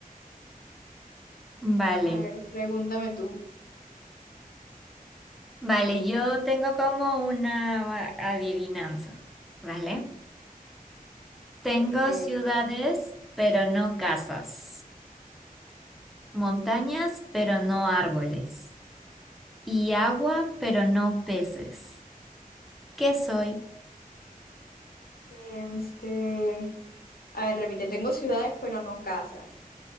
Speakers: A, in the centre; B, on the left.
A: Vale.
B: a ver, pregúntame tú.
A: Vale, yo tengo como una adivinanza, ¿vale? Tengo
B: Ok.
A: ciudades, pero no casas. Montañas, pero no árboles. Y agua, pero no peces. ¿Qué soy?
B: Este, a ver, repite, tengo ciudades, pero no casas.